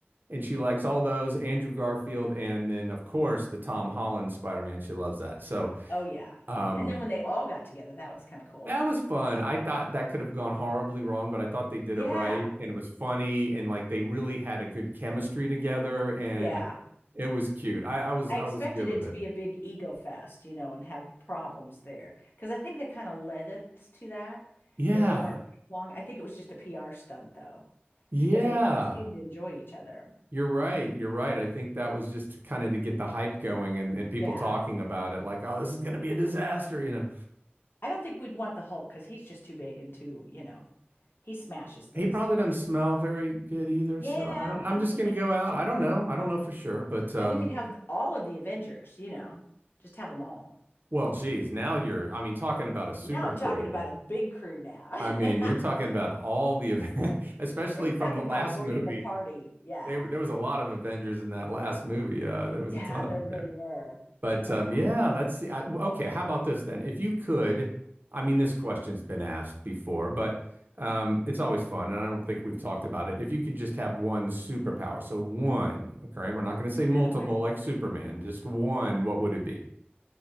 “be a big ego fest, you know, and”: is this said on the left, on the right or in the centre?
Left